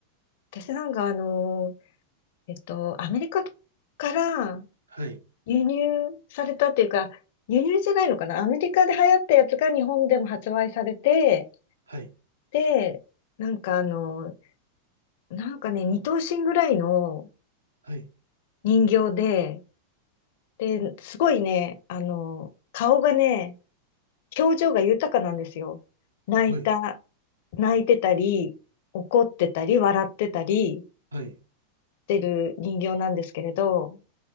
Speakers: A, on the left; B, on the right.
A: 私なんかあの、えっと、アメリカから
B: はい、
A: 輸入されたっていうか、輸入じゃないのかなアメリカで流行ったやつが日本でも発売されて、
B: はい、
A: で、なんかあの、なんかね、二頭身ぐらいの
B: はい、
A: 人形で、で、すごいね、あの、顔がね、表情が豊かなんですよ。泣いた、
B: はい、
A: 泣いてたり、怒ってたり、笑ってたり
B: はい、
A: してる人形なんですけれど、